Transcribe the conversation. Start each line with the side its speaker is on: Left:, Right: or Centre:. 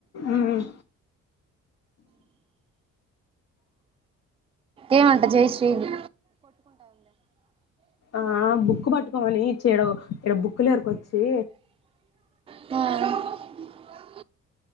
Left: ఉమ్
Right: ఏమంటా జయశ్రీ ది
Left: ఆ బుక్ పట్టు కొని చేయడం ఇడ బుక్కులు ఏరుకొని చి
Right: ఆ